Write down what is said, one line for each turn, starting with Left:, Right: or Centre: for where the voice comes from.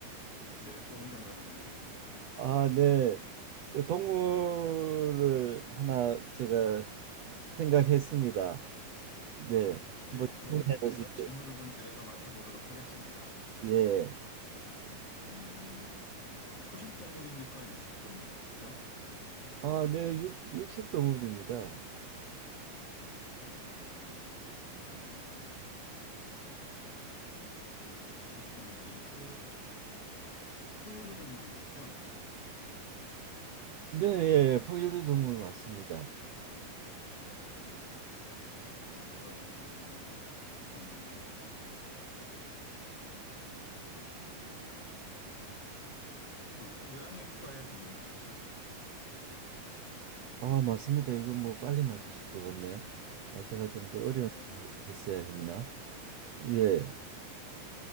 Left: 네, 좋은 생각입니다.
Right: 아, 네. 그 동물을 하나 제가 생각했습니다. 네.
Left: 네,
Right: 한번
Left: 그러면
Right: 질문해 보시죠.
Left: 제가 질문을 좀 드려서 맞춰보도록 하겠습니다.
Right: 예.
Left: 음, 초식 동물입니까? 육식 동물입니까?
Right: 아, 네. 육, 육식 동물입니다.
Left: 육식 동물이면은, 음, 육식 동물이고, 포유류 동물이겠죠?
Right: 네, 예, 예. 포유류 동물 맞습니다.
Left: 네, 그러면은, 음, 그 고양이과의 동물입니까?
Right: 아, 맞습니다. 이거 뭐 빨리 맞추실 것 같네. 아, 제가 좀 더 어려운
Left: 네,
Right: 거 했어야 했나? 예,